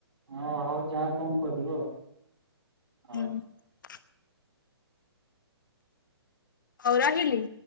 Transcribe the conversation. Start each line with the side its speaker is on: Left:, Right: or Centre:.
Right: ହଁ ହଉ ଯାହା କଣ କରିବ ଆଉ, ହଉ।
Left: <inaudible> ହଉ ରହିଲି।